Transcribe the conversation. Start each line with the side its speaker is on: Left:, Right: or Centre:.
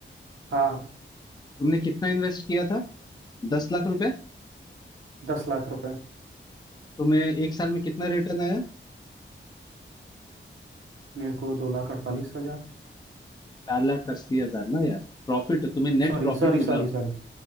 Right: हाँ
Left: तुमने कितना इन्वेस्ट किया था दस लाख रुपए
Right: दस लाख रुपए
Left: तुम्हें एक साल में कितना रिटर्न आया
Right: मेरे को दो लाख अड़तालीस हजार
Left: चार लाख अस्सी हजार ना यार प्रॉफिट तुम्हें नेट
Right: Sorry
Left: प्रॉफिट
Right: sorry sorry
Left: मिला
Right: sorry